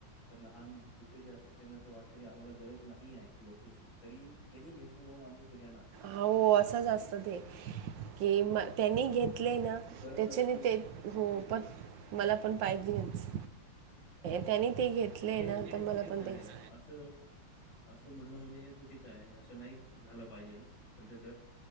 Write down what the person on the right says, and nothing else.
हों असंच असत
ते
कि म
त्यांनी घेतलय ना,
त्याच्याने
ते
हो
पण
मला पण पाहिजेच, त्यानी ते घेतलंय
ना
तर
मला पण
तेच